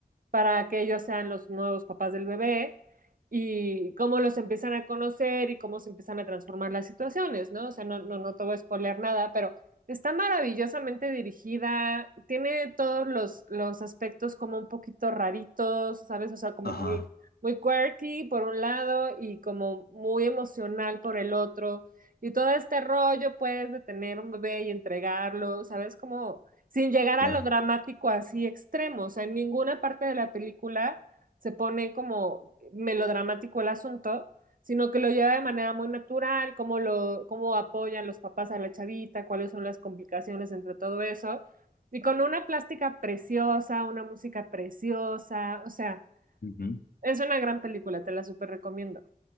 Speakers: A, on the right (about 60°); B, on the left (about 75°).
A: para que ellos sean los nuevos papás del bebé y cómo los empiezan a conocer y cómo se empiezan a transformar las situaciones, ¿no? O sea, no, no, no te voy a spoiler nada, pero está maravillosamente dirigida, tiene todos los, los aspectos como un poquito raritos, ¿sabes? O sea, como
B: Ajá.
A: muy, muy quirky por un lado y como muy emocional por el otro. Y todo este rollo, pues, de tener un bebé y entregarlo, ¿sabes? Como sin llegar
B: Claro.
A: a lo dramático así extremo. O sea, en ninguna parte de la película se pone como melodramático el asunto, sino que lo lleva de manera muy natural, cómo lo, cómo apoyan los papás a la chavita, cuáles son las complicaciones entre todo eso. Y con una plástica preciosa, una música preciosa, o sea,
B: Ujú.
A: es una gran película, te la súper recomiendo.